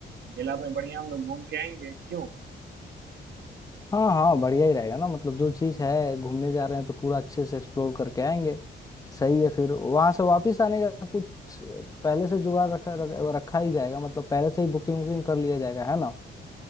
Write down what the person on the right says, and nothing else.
मेला में बढ़िया हम लोग घूम के आएंगे क्यों